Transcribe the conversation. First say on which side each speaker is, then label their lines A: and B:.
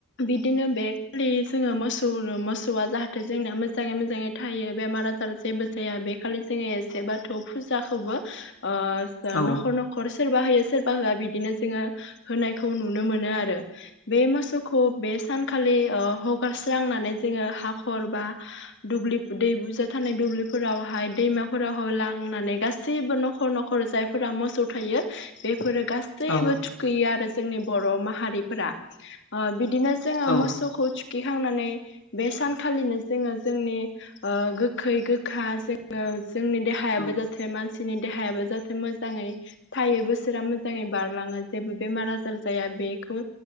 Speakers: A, on the left; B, on the left.
A: बिदिनो बे खालि जोङो मोसौ मोसौआ जाहाथे नथाय जोंना मोजाङै मोजाङै थायो बेमार आजार जेबो जाया बे खालि जोङो एसे बाथौ फुजाखौबो आ
B: औ
A: न'खर न'खर सोरबा होयो सोरबा होआ बिदिनो जोङो होनायखौ नुनो मोनो आरो। बे मोसौखौ बे सानखालि ओ हगारस्रांनानै जोङो हाखौ हाखर बा दुब्लि दै बुजा थानाय दुब्लिफोरावहाय दैमाफोराव लांनानै गासै गासैबो न'खर न'खर जायफोरा मोसौ थायो बेफोरो गासैबो
B: औ
A: थुखैयो आरो जोंनि बर' माहारिफोरा बिदिनो जोङो
B: औ
A: मोसौखौ खिखांनानै बे सान खालिनो जोङो जोंनि गोखै गोखा जोङो जोंनि देहायाबो
B: औ
A: ज जाहाथे मानसिनि देहायाबो जाहाथे मोजाङै थायो बोसोरा मोजाङै बारलाङो जेबो बेमार आजार जाया बेखौ